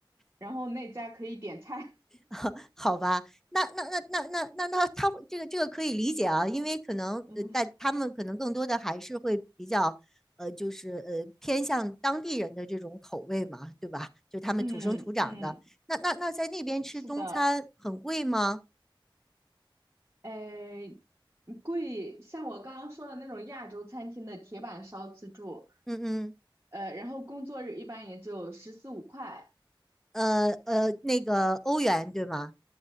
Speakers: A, on the right (about 30°); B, in the centre.
A: 然后那家可以点菜。
B: <laughs> 好吧，那那那那那那那他这个这个可以理解啊，因为可能呃，
A: <laughs> 嗯，
B: 但他们可能更多的还是会比较呃，就是呃偏向当地人的这种口味嘛，对吧？就他们土生土长的。
A: 嗯嗯，
B: 那那那在那边吃中餐很贵吗？
A: 是的。哎，贵，像我刚刚说的那种亚洲餐厅的铁板烧自助，
B: 嗯嗯，
A: 呃，然后工作日一般也就十四五块，
B: 呃呃，那个欧元对吗？